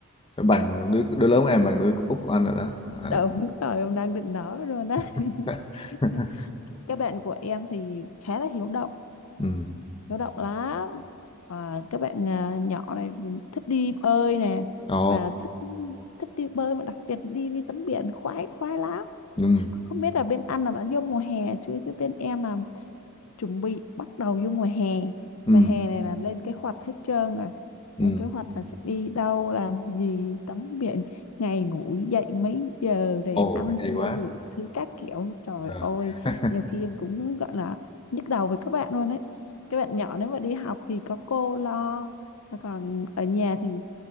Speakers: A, on the left (about 25°); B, on the left (about 80°).
A: Phải bằng đứa đứa lớn của em bằng đứa út của anh rồi đó Ờ.
B: đúng rồi, em đang định nói rồi đó.
A: <laughs>
B: <laughs> Các bạn của em thì khá là hiếu động,
A: ừ
B: hiếu động lắm. À, các bạn à, nhỏ này thích đi bơi nè
A: ồ
B: và thích thích đi bơi mà đặc biệt là đi đi tắm biển khoái khoái lắm.
A: ừ
B: Không biết là bên anh là đã vô mùa hè chưa chứ bên em là chuẩn bị bắt đầu vô mùa hè
A: ừ
B: và hè này là lên kế hoạch hết trơn rồi
A: ừ
B: lên kế hoạch là sẽ đi đâu làm gì tắm biển ngày ngủ dậy mấy giờ để
A: ồ
B: ăn
A: hay
B: trưa
A: quá
B: đủ thứ các kiểu trời
A: Ờ.
B: ơi
A: <laughs>
B: nhiều khi em cũng gọi là nhức đầu với các bạn luôn ấy các bạn nhỏ nếu mà đi học thì có cô lo mà còn ở nhà thì